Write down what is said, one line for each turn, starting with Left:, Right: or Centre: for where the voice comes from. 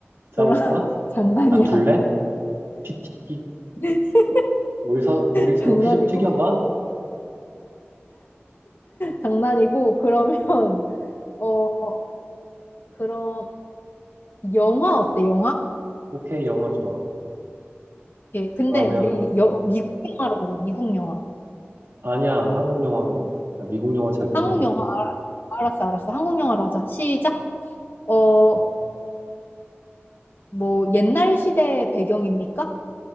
Right: 싸울까?
Left: 그런 <laughs> 장난이야.
Right: 다툴래? 피 튀기.
Left: <laughs>
Right: 우리 서, 우리 서로
Left: 장난이고
Right: 피 좀 튀겨봐?
Left: 장난이고 그러면
Right: 어,
Left: 어 그런 영화 어때? 영화?
Right: 오케이, 영화 좋아.
Left: 예. 근데
Right: 그러면,
Left: 우리 여, 미국 영화로 하자. 미국 영화.
Right: 아니야, 한국 영화로 해. 나 미국 영화 잘 모른단
Left: 한국 영화
Right: 말이야.
Left: 알- 알았어 알았어. 한국 영화로 하자. 시작. 어 뭐 옛날 시대 배경입니까?